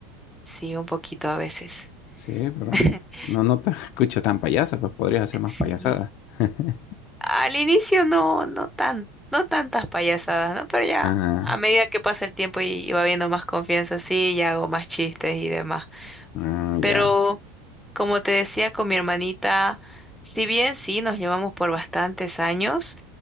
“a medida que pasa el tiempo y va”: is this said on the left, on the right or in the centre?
Centre